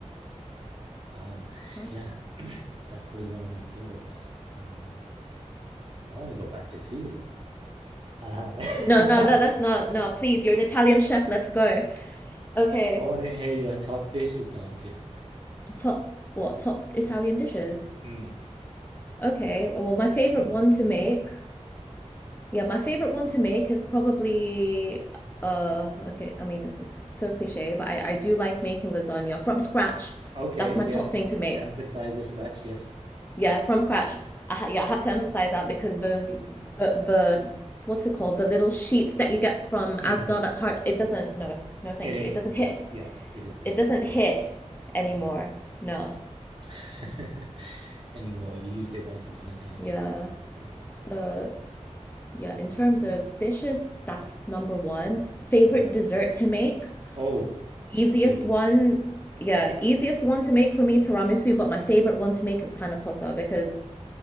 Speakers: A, on the right (about 45°); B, on the left (about 15°).
A: Um,
B: pasta.
A: yeah. That's probably one of my favorites. Um, I want to go back to food. Uh,
B: No,
A: <laughs>
B: no, no,
A: I
B: let's not. No, please, you're an Italian chef. Let's go. Okay.
A: want to hear your top dishes. No, I'm kidding.
B: Top, what? Top Italian dishes.
A: Mm.
B: Okay. Well, my favorite
A: Oh,
B: one to make. Yeah, my favorite one to make is probably uh okay, I mean, this is so cliche, but I I do like making lasagna from scratch.
A: okay.
B: That's
A: Yes.
B: my top thing to make.
A: Emphasize the scratch. Yes.
B: Yeah, from scratch. I ha- yeah, I have to emphasize that because those the the what's it called the little sheets that you get from Asda
A: hmm
B: that's hard. It doesn't no no thank
A: It ain't
B: you. It doesn't hit.
A: good. Yeah, it is. Yes,
B: It doesn't hit
A: correct.
B: anymore.
A: hmm
B: No.
A: <laughs> Anymore. You used it once upon a time.
B: Yeah.
A: Yeah.
B: So yeah, in terms
A: Mm.
B: of dishes, that's number one. Favorite
A: Yeah.
B: dessert to make,
A: Oh,
B: easiest
A: big one.
B: one. Yeah, easiest one to make for me tiramisu, but my favorite one to make is panna cotta because